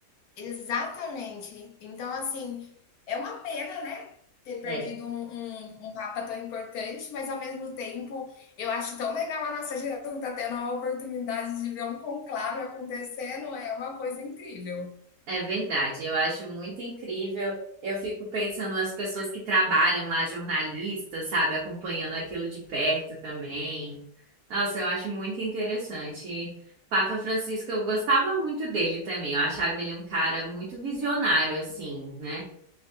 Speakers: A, on the left; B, on the right.
A: Exatamente. Então, assim, é uma pena, né, ter perdido
B: É.
A: um, um, um papa tão importante, mas ao mesmo tempo, eu acho tão legal a nossa geração tá tendo a oportunidade de ver um conclave acontecendo, é uma coisa incrível.
B: É verdade, eu acho muito incrível. Eu fico pensando nas pessoas que trabalham lá, jornalistas, sabe, acompanhando aquilo de perto também. Nossa, eu acho muito interessante. E Papa Francisco, eu gostava muito dele também. Eu achava ele um cara muito visionário, assim, né?